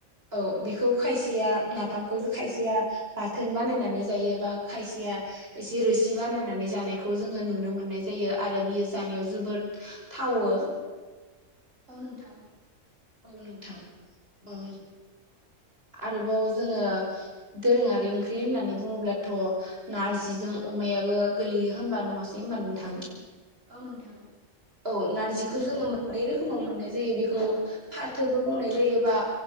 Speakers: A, on the right (about 45°); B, on the right (about 65°).
A: औ बेखौ खायसेया नाफामखौ खायसेया बाथोन बानायनानै जायोबा खायसेया एसे रोसि बानायनानै जानायखौ जोङो नुनो मोननाय जायो आरो बियो जानायाव जोबोद थावो
B: औ नोंथां
A: औ नोंथां औ आरोबाव जोङो दोरोङारि ओंख्रि होननानै बुङोब्लाथ' नारजिजों अमायाबो गोलैयो होनबा नङासै होनबा नोंथां?
B: औ नोंथां
A: औ नारजिखौ जोङो मोननै रोखोमाव मोननाय जायो बेखौ फाथोबो बुंनाय जायोबा